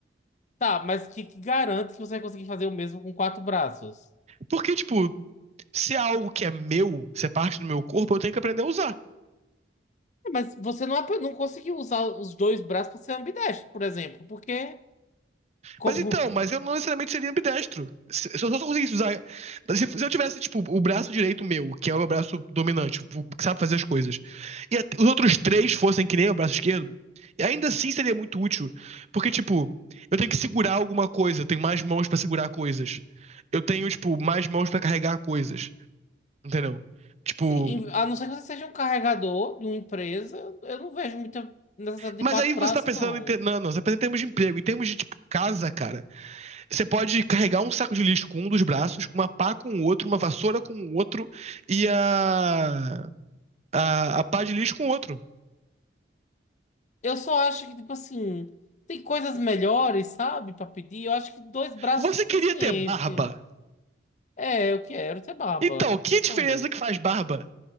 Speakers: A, on the left (about 40°); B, on the right (about 35°).
A: tá, mas que, que garante que você vai conseguir fazer o mesmo com quatro braços?
B: Porque, tipo, se é algo que é meu, se é parte do meu corpo, eu tenho que aprender a usar.
A: É, Mas você não, ap- não conseguiu usar os dois braços para ser ambidestro, por exemplo, porque como,
B: Mas então, mas eu não necessariamente seria ambidestro. Se, se eu só conseguisse usar. Se, se eu tivesse, tipo, o braço direito meu, que é o meu braço dominante, o que sabe fazer as coisas, e a- os outros três fossem que nem o braço esquerdo, e ainda assim seria muito útil. Porque, tipo, eu tenho que segurar alguma coisa, eu tenho mais mãos pra segurar coisas. Eu tenho, tipo, mais mãos pra carregar coisas. Entendeu? Tipo.
A: sim, em- a não ser que você seja um carregador de uma empresa, eu não vejo muita necessidade de
B: Mas
A: quatro
B: aí você
A: braços,
B: tá pensando
A: não.
B: em. Ter... Não, não, você tá pensando em termos de emprego, em termos de, tipo, casa, cara. Você pode carregar um saco de lixo com um dos braços, uma pá com o outro, uma vassoura com o outro e a, a, a pá de lixo com o outro.
A: Eu só acho que, tipo assim, tem coisas melhores, sabe, pra pedir. Eu acho que dois braços
B: Você
A: é suficiente.
B: queria ter barba?
A: É, eu quero ter baba.
B: Então, que
A: Então,
B: diferença que faz barba?